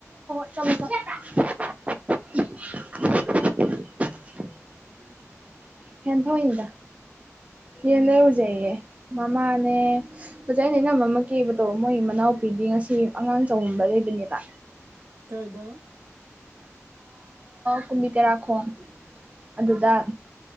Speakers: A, on the right; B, on the right.
A: <unintelligible> ꯍꯦꯟꯊꯣꯏꯅꯤꯗ
B: ꯎꯝ
A: ꯌꯦꯟ ꯂꯩꯔꯨꯖꯦꯌꯦ
B: ꯀꯤ-
A: ꯃꯃꯥꯅꯦ ꯑꯣꯖꯥ ꯑꯩꯅ ꯑꯩꯅ ꯃꯃ ꯀꯦꯕꯗꯣ ꯃꯣꯏ ꯃꯅꯥꯎꯄꯤꯗꯤ ꯉꯁꯤ ꯑꯉꯥꯡ ꯆꯉꯕ ꯂꯩꯕꯅꯦꯕ
B: ꯀꯥꯏꯗ
A: ꯀꯨꯝꯕꯤ ꯇꯔꯥꯈꯣꯡ ꯑꯗꯨꯗ